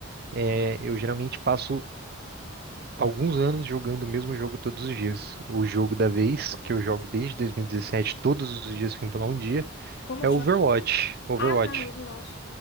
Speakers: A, on the right (about 50°); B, on the left (about 55°).
A: É, eu geralmente passo alguns anos jogando o mesmo jogo todos os dias. O jogo da vez, que eu jogo desde 2017, todos os dias sem pular um dia,
B: Como
A: é Overwatch.
B: chama?
A: Overwatch.
B: Ah, tá, Overwatch.